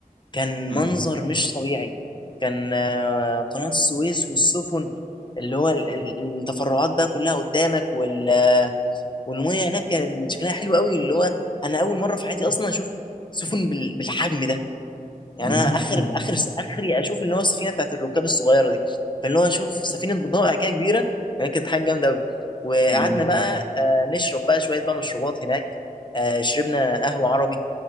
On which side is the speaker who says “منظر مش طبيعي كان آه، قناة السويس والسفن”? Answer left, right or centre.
Left